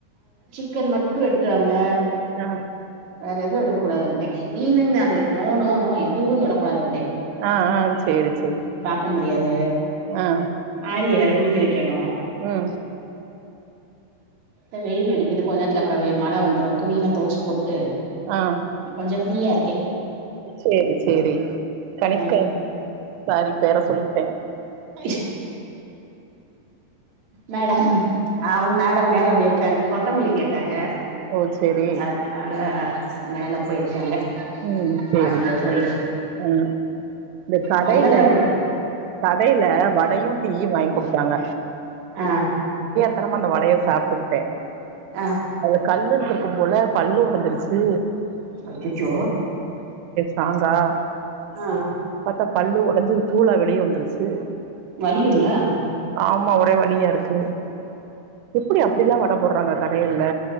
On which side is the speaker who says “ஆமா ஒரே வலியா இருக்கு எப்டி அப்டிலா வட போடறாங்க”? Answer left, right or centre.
Right